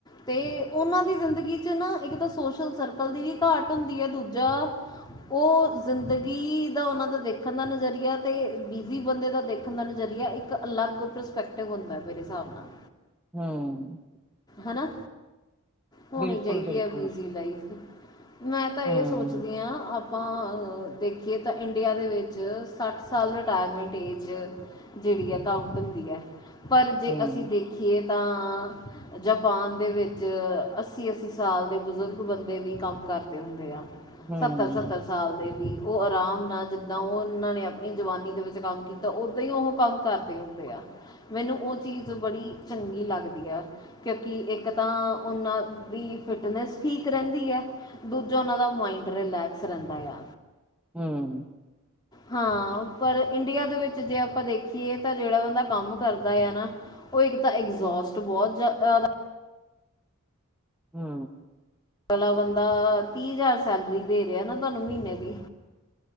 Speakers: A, on the left; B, in the centre.
A: ਤੇ ਉਹਨਾਂ ਦੀ ਜ਼ਿੰਦਗੀ ਚ ਨਾ ਇੱਕ ਤਾਂ ਸੋਸ਼ਲ ਸਰਕਲ ਦੀ ਵੀ ਘਾਟ ਹੁੰਦੀ ਹੈ ਦੂਜਾ, ਉਹ ਜ਼ਿੰਦਗੀ ਦਾ ਉਹਨਾਂ ਦਾ ਦੇਖਣ ਦਾ ਨਜ਼ਰੀਆ ਤੇ ਬਿਜ਼ੀ ਬੰਦੇ ਦਾ ਦੇਖਣ ਦਾ ਨਜ਼ਰੀਆ ਇੱਕ ਇੱਕ ਅਲੱਗ ਪਰਸਪੈਕਟਿਵ ਹੁੰਦਾ ਮੇਰੇ ਹਿਸਾਬ ਨਾਲ।
B: ਹੂੰ।
A: ਹਨਾ ਹੋਣੀ
B: ਬਿਲਕੁਲ
A: ਚਾਹੀਦੀ
B: ਬਿਲਕੁਲ
A: ਹੈ ਬਿਜ਼ੀ ਲਾਈਫ। ਮੈਂ ਤਾਂ ਇਹ
B: ਹਮ
A: ਸੋਚਦੀ ਹਾਂ ਆਪਾਂ ਦੇਖੀਏ ਤਾਂ ਇੰਡੀਆ ਦੇ ਵਿੱਚ ਸੱਠ ਸਾਲ ਰਿਟਾਇਰਮੈਂਟ ਏਜ, ਜਿਹੜੀ ਹੈ ਕਾਊਂਟ ਹੁੰਦੀ ਹੈ ਪਰ ਜੇ
B: ਹਮ
A: ਅਸੀਂ ਦੇਖੀਏ ਤਾਂ ਜਪਾਨ ਦੇ ਵਿੱਚ ਅੱਸੀ-ਅੱਸੀ ਸਾਲ ਦੇ ਬਜ਼ੁਰਗ ਬੰਦੇ ਵੀ ਕੰਮ ਕਰਦੇ ਹੁੰਦੇ ਆ।
B: ਹਮ
A: ਸੱਤਰ-ਸੱਤਰ, ਸਾਲ ਦੇ ਵੀ ਉਹ ਆਰਾਮ ਨਾਲ ਜਿੱਦਾਂ ਉਹਨਾਂ ਨੇ ਆਪਣੀ ਜਵਾਨੀ ਦੇ ਵਿੱਚ ਕੰਮ ਕੀਤਾ ਉੱਦਾਂ ਹੀ ਉਹ ਕੰਮ, ਕਰਦੇ ਹੁੰਦੇ ਆ ਮੈਨੂੰ ਉਹ ਚੀਜ਼ ਬੜੀ ਚੰਗੀ ਲੱਗਦੀ ਆ। ਕਿਉਂਕਿ ਇੱਕ ਤਾਂ ਉਹਨਾਂ ਦੀ ਫਿਟਨੈਸ ਠੀਕ ਰਹਿੰਦੀ ਹੈ। ਦੂਜਾ ਉਹਨਾਂ ਦਾ ਮਾਇੰਡ ਰਿਲੈਕਸ ਰਹਿੰਦਾ ਆ।
B: ਹੂੰ।
A: ਹਾਂ ਪਰ ਇੰਡੀਆ ਦੇ ਵਿੱਚ ਜੇ ਆਪਾਂ ਦੇਖੀਏ ਤਾਂ ਜਿਹੜਾ ਬੰਦਾ ਕੰਮ ਕਰਦਾ ਆ ਨਾ, ਉਹ ਇੱਕ ਤਾਂ ਐਗਜੋਸਟ ਬਹੁਤ ਜਿਆਦਾ
B: ਹੂੰ।
A: ਅਗਲਾ ਬੰਦਾ ਤੀਹ ਜ਼ਾਰ ਸੈਲਰੀ ਦੇ ਰੇਯਾ ਨਾ ਤੁਆਨੂੰ ਮੀਨੇ ਦੀ